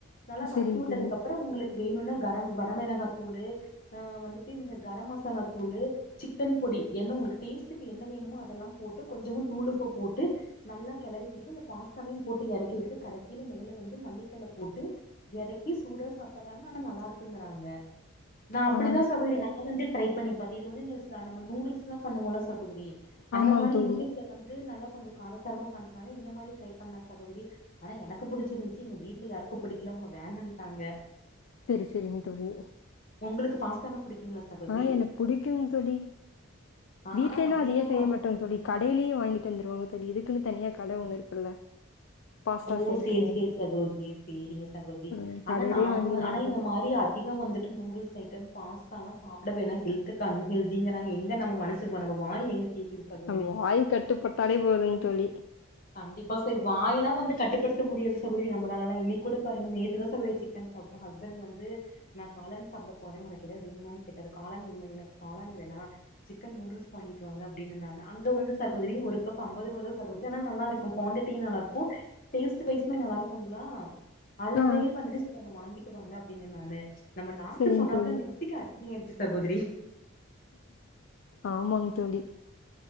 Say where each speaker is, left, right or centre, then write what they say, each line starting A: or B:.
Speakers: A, on the left; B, on the left.
A: நல்லா
B: சரிங்
A: வதக்கி வுட்டதுக்கு
B: தோழி
A: அப்ற உங்ளுக்கு வேணுனா கரம் வரமிளகா தூளு ஆ வந்துட்டு இந்த கரம் மசாலா தூளு சிக்கன் பொடி என்ன உங்ளுக்கு டேஸ்டுக்கு என்ன வேணுமோ அதெல்லா போட்டு கொஞ்சமா தூளுப்பு போட்டு நல்லா கெளறி விட்டுட்டு அந்த பாஸ்தாவிடயு போட்டு எறக்கி விட்டு கடைசில மே வந்து மல்லித் தள போட்டு எறக்கி சுட சுட சாப்புட்றாங்க ஆனா நல்லாருக்குங்றாங்க நா அப்டி
B: ஆ
A: தா சகோதரி நா வந்துட்டு ட்ரை பண்ணி பாத்தே இது வந்து <unintelligible> நம்ம நூடுல்ஸ்லா பண்ணுவோல சகோதரி அந்த
B: ஆமாங்
A: மாரி
B: தோழி
A: யூடியூப்ல வந்து நல்லா கொஞ்ச காரசாரமா பண்றனால இந்த மாரி ட்ரை பண்லா சகோதரி ஆனா எனக்கு புடிச் ச்சு எங்க வீட்ல யாருக்கு புடிக்கல அவங்க வேணான்ட்டாங்க
B: சரி சரிங்க தோழி
A: உங்ளுக்கு பாஸ்தானா புடிக்குங்களா சகோதரி
B: ஆ எனக்கு புடிக்குங் தோழி
A: ஆ
B: வீட்லனா
A: ஆனா அது அதிகமா
B: அதயே செய்ய
A: சாப்
B: மாட்டோங் தோழி கடைலே வாங்கிட்டு வந்துருவாங்க <unintelligible> இதுக்குன்னு தனியா கட ஒண்ணு இருக்குல்ல பாஸ்தா
A: ஓ
B: செய்றதுக்குனு
A: சேரி சேரி சகோதரி சேரிங்க சகோதரி
B: ம்
A: ஆனா
B: கடையிலயே
A: நாங்க
B: வாங்கிருவோங்
A: வ ஆனா இந்த
B: தோழி
A: மாரி அதிக வந்துட்டு நூடுல்ஸ் ஐட்டம் பாஸ்தாலா சாப்டவேணா ஹெல்துக்கு அன்ஹெல்திங்றாங்க எங்க நம்ம மனசு நம்ம வாய் எங்க கேக்குது சகோதரி
B: நம்ம வாய் கட்டுப்பட்டாலே போதுங் தோழி
A: கண்டிப்பா சரி வாய தா வந்து கட்டுப்படுத்த முடியாது சகோதரி நம்ளாலலா இன்னை கூட பாருங்க நேத்து தா சகோதரி சிக்கன் சாப்டோ ஹஸ்பண்ட் வந்து நா காளான் சாப்ட போறே உனக்கு எதாது வேணுமான் கேட்டாரு காளான் எனக்கு காளான் வேணா சிக்கன் நூடுல்ஸ் வாங்கிட்டு வாங்க அப்டினன் நானு அந்து வந்து சகோதரி ஒரு கப் அம்பது ரூபா <inaudible> லா நல்லாருக்கு குவான்ட்டிட்டியு நல்லாருக்கு டேஸ்ட் வைஸ் மே நல்லாருக்குங்ளா அதனாலயே
B: ஆ
A: வந்துட்டு செரி வாங்கிட்டு வாங்க அப்டின்னே நானு நம்ம நாக்கு
B: சரிங்
A: சொன்னப்ல
B: தோழி
A: ருசிக்கு அடி நீங்க எப்டி சகோதரி
B: ஆமாங் தோழி